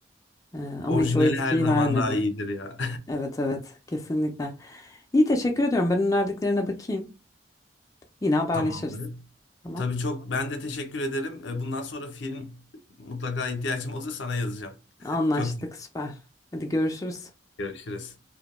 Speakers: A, on the left; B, on the left.
A: E, ama
B: Orijinali
A: hiç o etkiyi
B: her zaman
A: vermedi.
B: daha iyidir ya.
A: Evet evet kesinlikle. İyi teşekkür ediyorum. Ben önerdiklerine bakayım. Yine
B: <laughs>
A: haberleşiriz.
B: Tamamdır.
A: Tamam.
B: Tabii çok ben de teşekkür ederim. E, Bundan sonra film mutlaka ihtiyacım olursa sana yazacağım.
A: Anlaştık
B: <laughs> Çok
A: süper. Hadi görüşürüz.
B: görüşürüz.